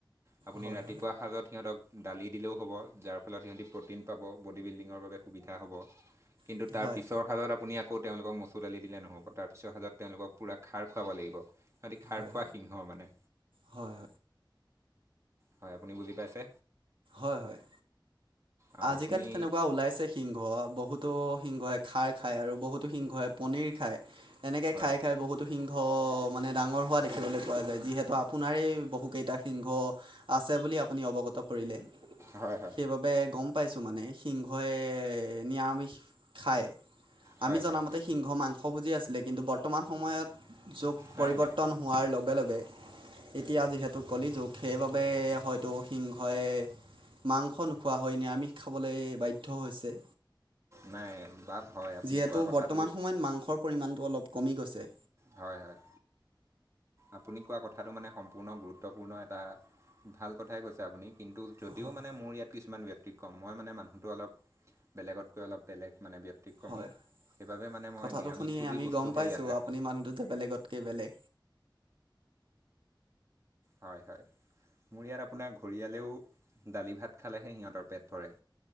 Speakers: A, on the right; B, on the right.
A: আপুনি
B: হয়
A: ৰাতিপুৱা
B: হয় হয়
A: সাঁজত সিহঁতক দালি দিলেও হ'ব। যাৰ ফলত স বডি বিল্ডিঙৰ বাবে সুবিধা হব। কিন্তু
B: হয়
A: তাৰ পিছৰ সাঁজত আপুনি আকৌ তেওঁলোকক মচুৰ দালি দিলে নহ'ব। তাৰপিছৰ হাজত তেওঁলোকক পূৰা খাৰ খুৱাব লাগিব। আদি খাৰ
B: হয়
A: খোৱা সিংহ মানে।
B: হয়
A: হয় আপুনি বুজি পাইছে।
B: হয় হয়
A: অঁ
B: আজিকালি
A: আপুনি
B: তেনেকুৱা ওলাইছে সিংহ বহুত। তো সিংহে খাৰ খায় আৰু বহুতো সিংহই পনীৰ খায়। এনেকে
A: হয়
B: খাই খাই বহুতো সিংহ মানে ডাঙৰ হোৱা দেখিবলৈ পোৱা যায়। যিহেতু আপোনাৰ বহু কেইটা সিংহ আছে বুলি আ অৱগত কৰিলে
A: হয় হয়
B: সেইবাবে গম পাইছোঁ মানে সিংহই নিৰামিষ খায়। আমি
A: হয়
B: জনামতে
A: হয়
B: সিংহ মাংস ভুজি আছিলে, কিন্তু বৰ্তমান সময়ত যোগ পৰিৱৰ্তন
A: নাই নাই
B: হোৱাৰ লগে লগে এতিয়া যিহেতু কলি যুগ সেইবাবে হয়তো সিংহই মাংস নোখোৱা হয় নিৰামিষ খাবলৈ বাধ্য হৈছে।
A: নাই বাপ হয় আপুনি
B: যিহেতু
A: কোৱা কথাটো
B: বৰ্তমান সময়ত মাংসৰ পৰিমাণটো অলপ কমি গৈছে।
A: হয় হয় আপুনি কোৱা কথাটো মানে সম্পূৰ্ণ গুৰুত্বপূৰ্ণ এটা ভাল কথাই কৈছে আপুনি। কিন্তু যদিও
B: হয়
A: মানে মোৰ ইয়াত কিছুমান ব্যতিক্ৰম মই মানে মানুহটো অলপ বেলেগতকৈ অলপ বেলেগ মানে ব্যতিক্ৰমী
B: হয়
A: সেইবাবে মানে মই
B: কথাটো
A: নিৰামিষ
B: শুনি
A: বুজি
B: আমি
A: বস্তুহে
B: গম পাইছোঁ
A: ইয়াত ৰাখো।
B: আপুনি মানুহটো যে বেলেগতকৈ বেলেগ
A: হয়। হয়। মোৰ ইয়াত আপোনাৰ ঘৰিয়ালেও দালি ভাত খালেহে সিহঁতৰ পেট ভৰে।